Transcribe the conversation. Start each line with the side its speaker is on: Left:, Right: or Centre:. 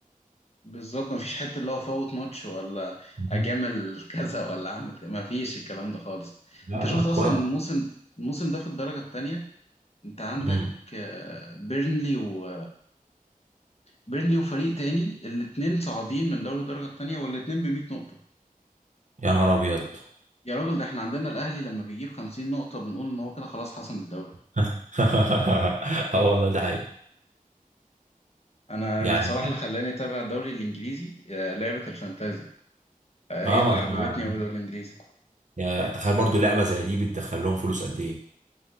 Left: بالظبط ما فيش حته اللي هو فوت ماتش ولا
Right: مم.
Left: اجامل <laughs> كذا ولا اعمل كذا ما فيش الكلام ده خالص
Right: لا
Left: انت شفت
Right: لا الكرة
Left: اصلا الموسم الموسم ده في الدرجه التانية انت عندك
Right: امم
Left: آه، بيرنلي و بيرلي وفريق تاني الاتنين صاعدين من دوري الدرجة التانية والاتنين بمية نقطة
Right: يا نهار ابيض
Left: يا راجل ده احنا عندنا الأهلي لما بيجيب خمسين نقطة بنقول إن هو كده خلاص حسم الدوري
Right: <laughs> اه والله ده حقيقي
Left: أنا
Right: يعني
Left: الصراحة اللي خلاني أتابع الدوري الإنجليزي آه، لعبة الفانتازي آه،
Right: اه
Left: هي اللي
Right: ما انا
Left: حببتني أوي في الدوري الإنجليزي
Right: يعني تخيل برضو لعبه زي دي بتدخل لهم فلوس قد ايه